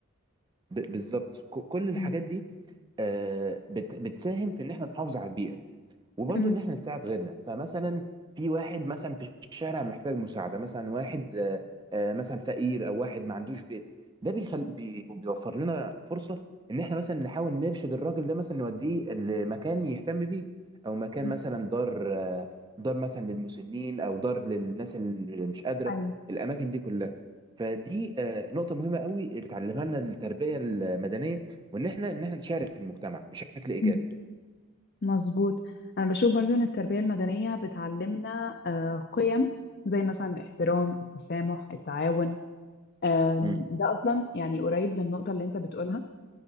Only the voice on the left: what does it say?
مم،
مم،
مم.
أيوة.
مم. مظبوط انا بشوف برضو ان التربيه المدنيه بتعلمنا آه، قيم زي مثلا الاحترام التسامح التعاون آم،
ده اصلا يعني قريب للنقطه اللي انت بتقولها